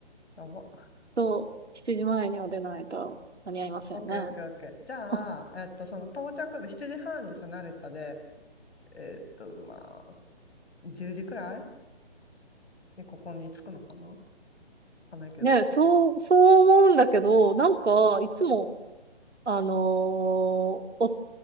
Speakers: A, on the left; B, on the right.
A: ゃん。やば。
B: そう、7時前には出ないと間に合いませんね。
A: オッケーオッケーオッケー。
B: <laughs>
A: じゃあ、
B: あ
A: えっと、その到着部7時半にさ、成田で、えっと、まあ、10時くらいにここに着くのかなわかんないけど。
B: ねえ、そう、そう思うんだけど、なんか、いつも、あのー